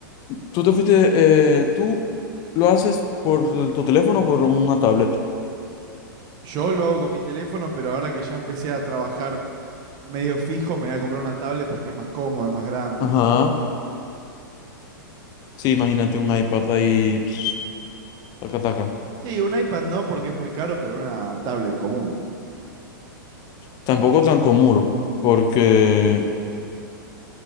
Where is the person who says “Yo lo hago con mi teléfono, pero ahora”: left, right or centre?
Right